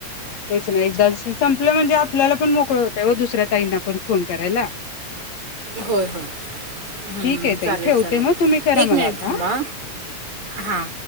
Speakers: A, on the left (about 65°); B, on the right (about 80°).
A: पैसे एकदा संपल म्हणजे आपल्याला पण मोकळं होतं दुसऱ्या ताईंना पण फोन करायला.
B: होय, होय. हम्म,
A: ठीक आहे ताई
B: चालेल
A: ठेवते
B: चालेल
A: मग तुम्ही करा
B: एक मिनिट
A: मला आता
B: थांबा
A: हा
B: हा